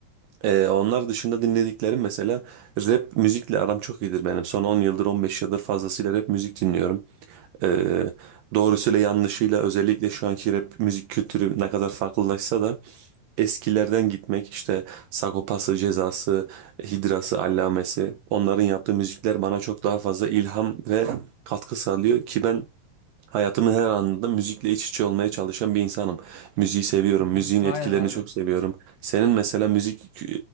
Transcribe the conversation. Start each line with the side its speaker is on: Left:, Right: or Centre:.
Right: ee, onlar dışında dinlediklerim mesela rap müzikle aram çok iyidir benim. Son 10 yıldır 15 yıldır fazlasıyla rap müzik dinliyorum. Ee, doğrusuyla yanlışıyla özellikle şu anki rap müzik kültürü ne kadar farklılaşsa da eskilerden gitmek işte Sagopası, Cezası, Hidrası, Allamesi onların yaptığı müzikler bana çok daha fazla ilham ve katkı sağlıyor ki ben Hayatımın her anında müzikle iç içe olmaya çalışan bir insanım. Müziği seviyorum,
Left: Hı hı.
Right: müziğin
Left: Aynen
Right: etkilerini
Left: abi.
Right: çok seviyorum. Senin mesela müzik